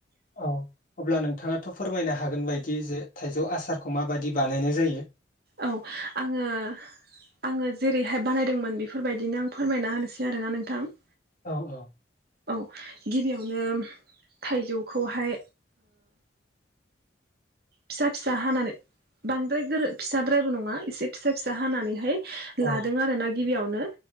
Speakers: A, on the left (about 45°); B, on the right (about 60°).
A: औ अब्ला नोंथाङाथ' फोरमायनो हागोन बायदि जे थाइजौ आसारखौ माबायदि बानायनाय जायो
B: औ आङो आङो जेरैहाय बानायदोंमोन बेफोरबायदिनो आं फोरमायना होनोसै आरोना नोंथां
A: औ औ
B: औ गिबियावनो थाइजौखौहाय फिसा फिसा हानानै बांद्राय गोर फिसाद्रायबो नङा एसे फिसा फिसा हानानैहाय
A: औ
B: लादों आरो ना गिबियावनो